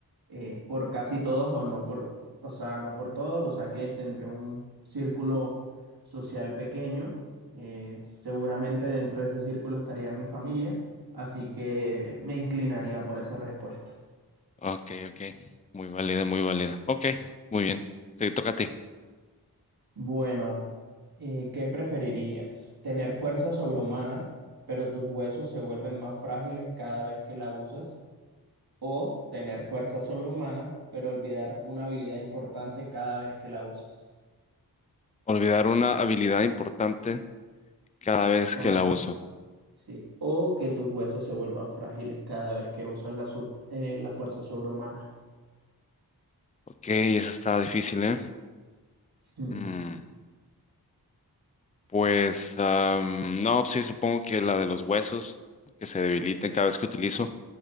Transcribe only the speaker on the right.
eh, por casi todos o no por, o sea, no por todos, o sea que tendré un círculo social pequeño. eh, seguramente dentro de ese círculo estaría mi familia, así que me inclinaría por esa respuesta.
Bueno, eh, ¿qué preferirías? ¿Tener fuerza sobrehumana, pero tus huesos se vuelven más frágiles cada vez que la usas? o tener fuerza sobrehumana, pero olvidar una habilidad importante cada vez que la usas.
Cada
vez,
sí. O que tus huesos se vuelvan frágiles cada vez que usas la, sub- eh, la fuerza sobrehumana.
Hmm.